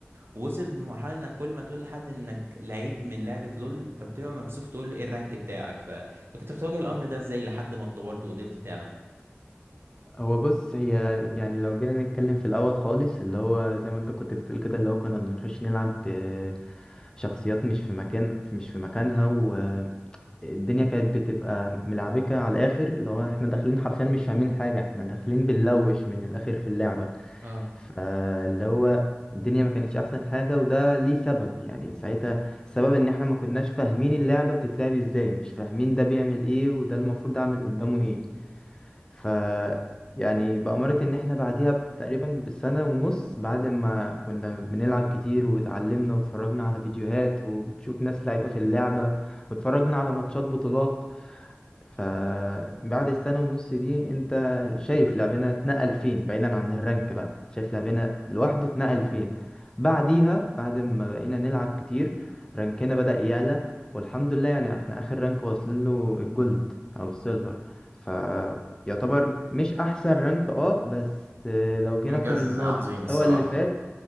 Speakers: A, on the right; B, on the left.
A: وصلت بمرحلة انك كل ما تقول لحد انك لعيب من لعبة لول فبتبقى مكسوف تقول له ايه الرانك بتاعك فانت كنت بتواجه الامر ده ازاي لحد ما اتطورت وقدرت تعلى
B: هو بص هي يعني لو جينا نتكلم في الاول خالص اللي هو زي ما انت كنت بتقول كده اللي هو كنا بنخش نلعب آه، شخصيات مش في مكان مش في مكانها والدنيا كانت بتبقى ملعبكة على الاخر اللي هو احنا داخلين حرفيا مش فاهمين حاجة احنا داخلين بنلوش من الاخر في اللعبة
A: اه
B: فاللي هو الدنيا ما كانتش احسن حاجة وده ليه سبب يعني ساعتها السبب ان احنا ما كناش فاهمين اللعبة بتتلعب ازاي مش فاهمين ده بيعمل ايه وده المفروض اعمل قدامه ايه ف يعني بأمارة ان احنا بعديها تقريبا بسنة ونص بعد ما كنا بنلعب كتير واتعلمنا واتفرجنا على فيديوهات وبتشوف ناس لعيبة في اللعبة واتفرجنا على ماتشات بطولات فبعد السنة ونص دي انت شايف لاعبنا اتنقل فين بعيدا عن الرانك بقى شايف لاعبنا لوحده اتنقل فين بعديها بعد ما بقينا نلعب كتير رانكنا بدأ يعلى والحمد لله يعني احنا اخر رانك واصلين له الجولد او السيلفر فيعتبر مش احسن رانك اه بس آه، لو جينا
A: إنجاز
B: قارناه
A: عظيم
B: بالمستوى
A: الصراحة
B: اللي فات